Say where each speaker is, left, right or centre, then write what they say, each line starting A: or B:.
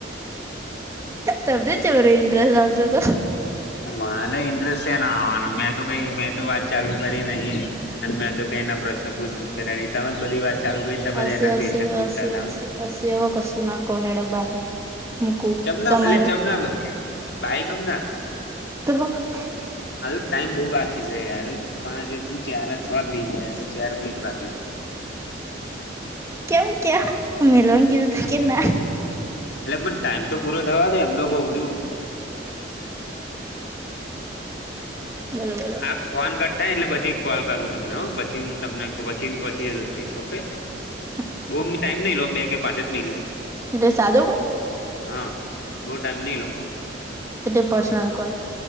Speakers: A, on the right; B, on the left.
A: તમને જબરો ઇન્ટરેસ્ટ આવતો હતો.
B: મને ઇન્ટરેસ્ટ સેનો આવવાનો મેં તો કઈ મેં તો વાત ચાલુ કરી નહી. અને મેં તો કઈ એના પ્રશ્ન પૂછત કર્યા ન તમે બધી વાત ચાલુ કરીને તમેના
A: હશે
B: ક્વન
A: હશે હશે
B: પૂછતા હતા.
A: હશે હશે અવે કશું ના કહું હેડો બાય. મૂકું
B: ચમના
A: તમારો
B: એટલે ચમના ભાઈ ગમના
A: તો
B: હજુ ટાઈમ બઉુ બાકી છે યાર પાંચ હજુ ચાર છ જ નહીં થયા હજુ ચાર મિનિટ બાકી છે.
A: કેમ ક્યા મલુંંગી દીધા કેના
B: અલા પણ ટાઈમ તો પૂરો થવા દે એમ તો કહું છું.
A: બોલો બોલો.
B: આ ફોન કટ થાય એટલે પછી કોલ કરવું તમને પછી હું તમને પછી પછી જ ફસ ઓકે
A: <inaudible>
B: બહુ ટાઈમ નઈ લઉં બે કે પાંચ જ મિ લઈસ
A: એટલે સાધોમા
B: હા બહુ ટાઈમ નહી લઉ
A: એ તે પર્સનલ કોલ.